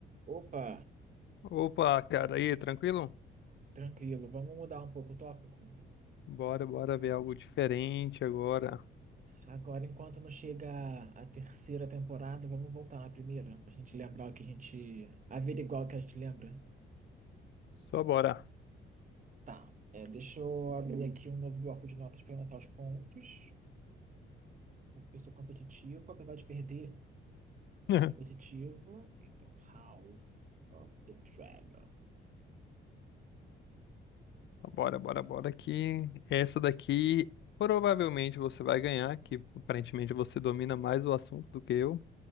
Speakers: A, on the right; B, on the left.
A: Opa,
B: Opa, cara, aí, tranquilo?
A: tranquilo, vamos mudar um pouco o tópico.
B: Bora, bora ver algo diferente agora.
A: Agora, enquanto não chega a terceira temporada, vamos voltar na primeira, pra gente lembrar o que a gente. averiguar o que a gente lembra.
B: Só bora.
A: Tá, é, deixa eu abrir aqui um novo bloco de notas para anotar os pontos, porque eu sou competitivo, apesar de perder, sou
B: <laughs>
A: competitivo. Então, House of the Dragon.
B: Bora, bora, bora que essa daqui provavelmente você vai ganhar, que aparentemente você domina mais o assunto do que eu.